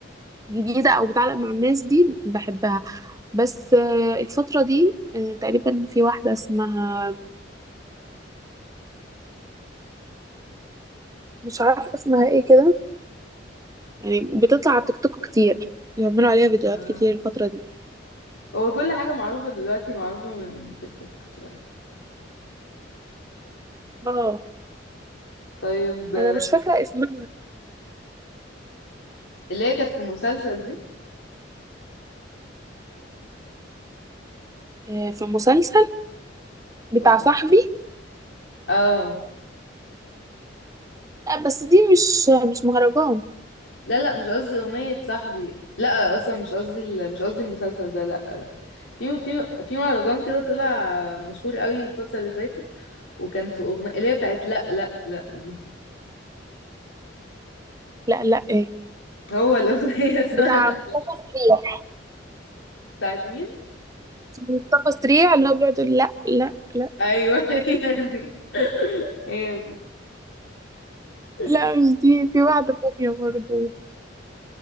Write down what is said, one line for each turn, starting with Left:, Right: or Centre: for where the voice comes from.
Right: جديده او بتعلق مع الناس دي بحبها بس آه، الفتره دي آه، تقريبا في واحده اسمها مش عارفه اسمها ايه كده يعني بتطلع على تيك توك كتير بيعملوا عليها فيديوهات
Left: اه
Right: كتير الفتره دي
Left: هو كل حاجة معروفة دلوقتي معروفة من تيك توك بصراحة
Right: اه
Left: طيب آه،
Right: انا مش فاكره اسمها
Left: اللي هي كانت في مسلسل دي
Right: آه، في مسلسل بتاع
Left: ولا-
Right: صاحبي
Left: اه
Right: لا بس دي مش مش مهرجان
Left: لا لا مش قصدي أغنية صاحبي لا أصلا مش قصدي ال- مش قصدي المسلسل ده لا لا في في في مهرجان كده طلع مشهور قوي الفترة اللي فاتت وكان في أغنية اللي هي بتاعت لا لا لا دي
Right: لا لا ايه
Left: هو الأغنية <laughs> اسمها
Right: بتاع
Left: لا
Right: مصطفى سعيد
Left: بتاعت مين؟
Right: مصطفى سريع اللي هو بيقعد يقول لا لا لا
Left: أيوه هي دي هي دي <laughs>
Right: لا مش دي في واحدة تانية برضه